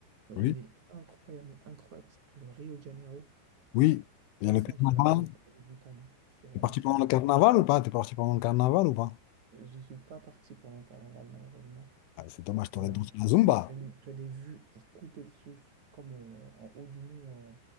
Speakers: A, on the right; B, on the left.
A: dans une
B: Oui,
A: ville incroyable, mais incroyable, qui s'appelle Rio de Janeiro,
B: oui. Il
A: coincée
B: y a le carnaval.
A: entre la mer et les montagnes. C'est vraiment
B: T'es parti pendant
A: incroyable.
B: le carnaval ou pas? T'es parti pendant le carnaval ou pas?
A: Euh, J'y suis pas parti pendant le carnaval, malheureusement.
B: Ah, c'est dommage, t'aurais
A: Euh,
B: dansé la Zumba.
A: tu as, une- tu as des vues à couper le souffle, comme euh, en haut du mont euh,